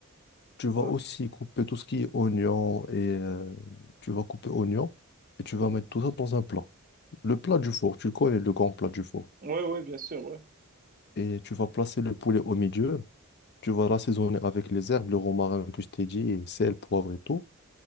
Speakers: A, on the left (about 50°); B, on the right (about 40°).
A: Tu vas
B: oui,
A: aussi couper tout ce qui est oignon et euh, tu vas couper oignon et tu vas mettre tout ça dans un plat. Le plat du four, tu connais le grand plat du four.
B: oui, oui, bien sûr, oui,
A: Et tu vas placer le poulet au milieu. Tu vas l'assaisonner avec les herbes, le romarin que je t'ai dit, et sel, poivre et tout.